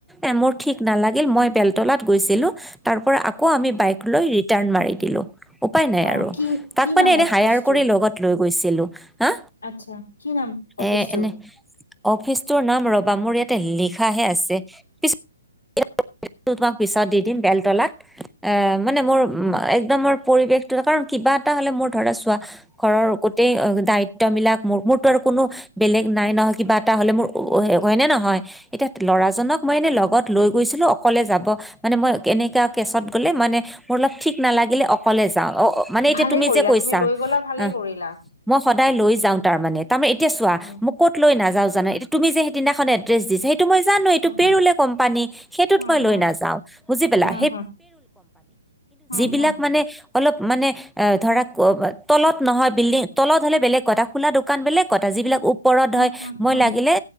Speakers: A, in the centre; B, on the left.
A: এ মোৰ ঠিক নালাগিল মই বেলতলাত গৈছিলো, তাৰপৰা আকৌ আমি বাইকলৈ ৰিটাৰ্ণ মাৰি দিলোঁ। উপায় নাই
B: অ
A: আৰু
B: কি
A: তাক
B: কি
A: মানে
B: নাম
A: এনে
B: অফিচটোৰ
A: হায়াৰ কৰি লগত লৈ গৈছিলোঁ হা
B: আচ্ছা কি নাম অফিচটোৰ?
A: এ এনে অফিচটোৰ নাম ৰবা মোৰ ইয়াতে লিখাহে আছে পিছ <inaudible> তোমাক পিছত দি দিম বেলতলাত। এ মানে মোৰ একদম মোৰ পৰিৱেশটো কাৰণ কিবা এটা হলে মোৰ ধৰা চোৱা ঘৰৰ গোটেই দায়িত্ববিলাক মোৰতো আৰু কোনো বেলেগ নাই নহ কিবা এটা হলে মোৰ হয়নে নহয় এতিয়া ল'ৰাজনক মই এনেই লগত লৈ গৈছিলো অকলে যাব। মানে মই এনেকা কেচত গলে মানে মোৰ অলপ ঠিক নালাগিলে অকলে যাওঁ অ। মানে এতিয়া
B: ভালেই
A: তুমি
B: কৰিলা
A: যে কৈছা,
B: লৈ গলা ভালেই
A: অহ
B: কৰিলা
A: মই সদায় লৈ যাওঁ তাৰ মানে তাৰ এতিয়া চোৱা
B: উম,
A: মোক ক' লৈ নাযাও জানা তুমি যে সেইদিনাখন এড্ৰেছ দিছা সটো মই জানো।
B: উম,
A: ফ্ৰী ৰুৰেল কোম্পানী সেইতোত
B: উম,
A: মই লৈ
B: উম,
A: নাযাওঁ বুজি পিলা।
B: উম, উম,
A: বিলাক
B: উম,
A: মানে অলপ মানে এ ধৰা তলত নহয় বিল্ডিং তলত হ'লে বেলেগ কথা। সেইবিলাক দোকান মানে বেলেগত যিবিলাক দোকান ওপৰত
B: উম,
A: হয়
B: উম, উম,
A: মই
B: উম, উম,
A: লাগিলে